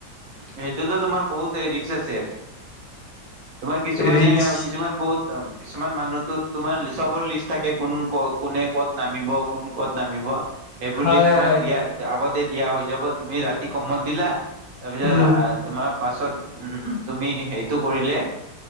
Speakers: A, on the right; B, on the left.
A: সেইটোতো তোমাৰ বহুত ৰিক্স আছে, তোমাৰ কিছুমানে
B: ৰিক্স
A: কিছুমান বহুত কিছুমান মানুহতো তোমাৰ চবৰ লিষ্ট থাকে, কোন ক কোনে ক'ত নামিব। কোন ক'ত নামিব, সেইবোৰ
B: হয়
A: লিষ্ট
B: হয়
A: তোমাক
B: হয়
A: দিয়া আগতে দিয়া হৈ যাব, তুমি ৰাতি কম্বল দিলা তাৰপিছত
B: উম
A: তোমাৰ পাছত উ, তুমি সেইটো কৰিলে